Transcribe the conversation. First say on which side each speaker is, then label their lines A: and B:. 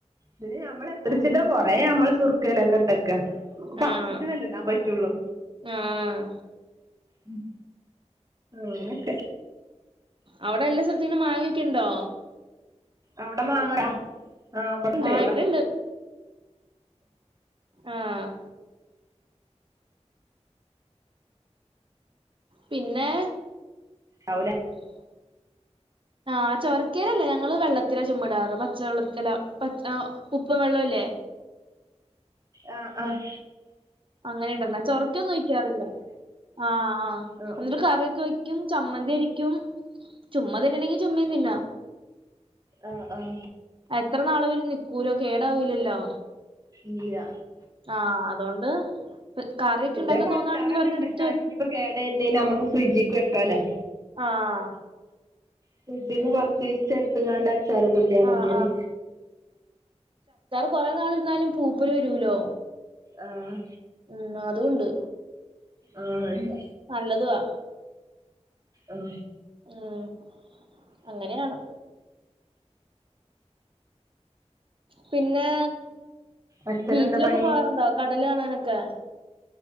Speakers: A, on the right; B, on the right.
A: പിന്നെ ഞമ്മള് എത്രച്ച്ട്ടാ കൊറേ ഞമ്മള് സുർക്കേലൊക്കെ ഇട്ടക്കാ നമുക്ക് പ്പ
B: ആഹ്.
A: ആവശ്യത്തിനല്ലേ ഇടാൻ പറ്റുള്ളൂ
B: ആഹ്.
A: ഉം അങ്ങനെക്കെ
B: അവടെ എല്ലാ സ്ഥലത്തീനും മാങ്ങയൊക്കെണ്ടോ
A: അവടെ മാങ്ങ ആ ഇബടെണ്ട്
B: ആഹ് ഇവിടെണ്ട്. ആഹ് പിന്നെ
A: ആവൂലേ
B: ശബ്ദം ക്ലിയർ അല്ല ആ ചൊരക്കേലല്ലേ ഞങ്ങള് വെള്ളത്തിലാ ചുമ്മാ ഇടാറ് പച്ചവെള്ള അല്ല പച് ആ ഉപ്പും വെള്ളംല്ലേ
A: ആഹ ആഹ
B: അങ്ങനെ ഇടന്ന ചൊറക്കൊന്നും ഒഴിക്കാറില്ല ആഹ ആ
A: ആഹ്
B: എന്നിട്ട്
A: ഉ
B: കറിയൊക്കെ ഒ ചമ്മന്തി അരക്കും ചുമ തിന്നെണെങ്കിൽ ചുമ തിന്ന
A: ആഹ ആഹ
B: എത്ര നാളെ വര നിക്കൂലോ കേടാവിലല്ലോ?
A: ഇല്ല
B: ആഹ് അതുകൊണ്ട് കറിക്കെ
A: പിന്നെ
B: ഉണ്ടാക്കാൻ
A: ഇപ്പ
B: തോന്നാണെങ്കിൽ
A: അച്ചാറൊക്കെ
B: ഒരണ്ണം
A: ഇട്ടച്ചാല്
B: എടുത്ത് വെ
A: ഇനിയിപ്പോ കേട് വര്ണീന് ഞമ്മക്ക് ഫ്രിഡ്ജിക്ക് വെക്കാലെ
B: ആഹ
A: ഫ്രീഡ്ജ്ന്ന് കൊർചീചെട്ത്ത് ടത്താങ്ങാണ്ട് അച്ചാറ് കുട്ടിയാൽ
B: ആഹ്
A: മതിയല്ലോ?
B: കൊറെനാൾഇര്ന്നാലും പൂപ്പല് വരു ലോ
A: ആഹ്
B: ഉം അതുണ്ട്
A: ആഹ് അയ്ല്ല
B: നല്ലതുവാ
A: ഉം
B: ഉം അങ്ങനെയാണ്. പിന്നെ
A: അച്ഛനെന്താ
B: ബീച്ചിലൊക്കെ
A: പണി
B: പോവാറുണ്ടോ കടല് കാണാനൊക്കെ?